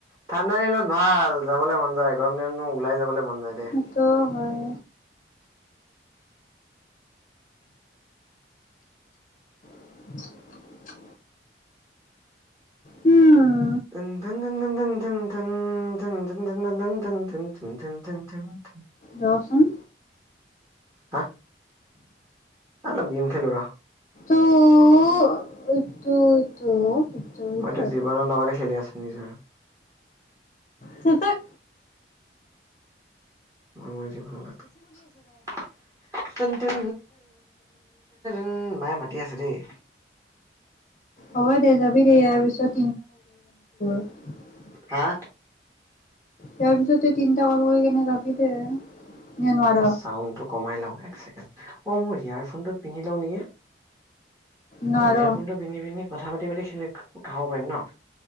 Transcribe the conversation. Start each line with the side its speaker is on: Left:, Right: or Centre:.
Right: ঠাণ্ডা দিনত ভাল যাবলৈ মন গৰম দিনত মোৰ ওলাই যাবলৈ মন নাযায় দে।
Left: সেইটো হয় <inaudible> উম
Right: <unintelligible> <unintelligible>
Left: ৰচোন
Right: হা অলপ গেম খেলো ৰ
Left: <unintelligible> ইটো।
Right: মইতো জীৱনৰ লগতে খেলি আছো নিজৰ
Left: চুপ থাক
Right: মই মোৰ জীৱনৰ লগত <unintelligible> <unintelligible> মায়ে মাতি আছে দেই
Left: হ'ব দে যাবি দেই ইয়াৰ পিছত <unintelligible>
Right: হা
Left: তাৰ পিছতো তিনিটা কল কৰি কেনে যাবি দে নে নোৱাৰ
Right: চাউণ্ডটো কমাই লওঁক এক <unintelligible> অ মোৰ ইয়াৰফোনটোত পিন্ধি লওঁ নেকি
Left: নোৱাৰ
Right: অ ইয়াৰ ফোনটো পিন্ধি পিন্ধি কথা পাতি পাতি খাব পাৰিম ন